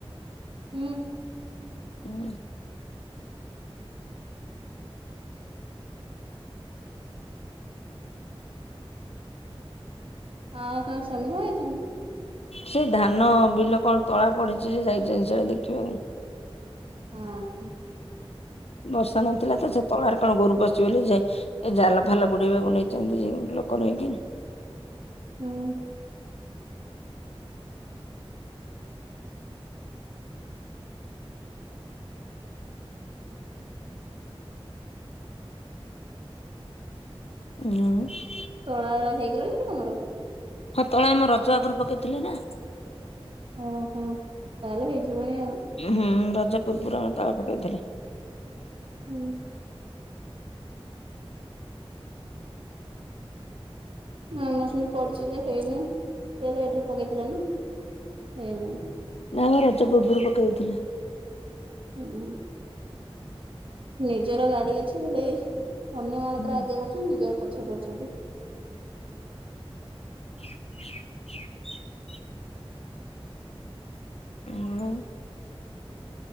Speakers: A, on the right; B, on the left.
A: ହୁଁ।
B: ହୁଁ।
A: ଆଉ ତାଙ୍କ ସ୍ୱାମୀ କୁଆ ଯାଇଚନ୍ତି।
B: ସେ ଧାନ ବିଲ କଣ ତଳା ପଡିଛି ସେ ଯାଇଛନ୍ତିିନି ସେରା ଦେଖିବାକୁ।
A: ହଁ ହ।
B: ବର୍ଷା ନଥିଲା ତ ସେ ତଳାର କଣ ଗୋରୁ ପଶିଜିବ ବୋଲି ଯେ ଜାଲ ଫାଲ ବୁଡେଇବାକୁ ନେଇଛନ୍ତି ଲୋକ ନେଇକି।
A: ହୁଁ।
B: ହୁଁ।
A: ତଳା ଗୁରା ହେଇଗଲାଣି କି ତମର?
B: ହଁ ତଳା ଆମ ରଜ ଆଗରୁ ପକେଇଥିଲେ ନା।
A: ଓହୋ ତାହେଲେ ହୋଇଯିବଣି ଆଉ।
B: ହୁଁ ରଜ ପୂର୍ବରୁ ଆମେ ତାଳ ପକେଇଥିଲେ।
A: ହୁଁ। ହଁ ଆମର ସେମିତି ପଡିଛି ଯେ ହେଇନି ସେ ଲେଟ୍ ରେ ପକେଇଥିଲା ନା ହେଇନି।
B: ନା ଆମ ରଜ ପୂର୍ବରୁ ପକାଇ ଦେଇଥିଲେ।
A: ହୁଁ ହୁଁ। ନିଜର ଗାଡି ଅଛି ବୋଲି ଅନ୍ୟ ମାନଙ୍କର
B: ହୁଁ
A: ଆଗେ କରୁଛନ୍ତି ନିଜର ପଛରେ କରୁଛନ୍ତି।
B: ହ। ଉଁହଁ।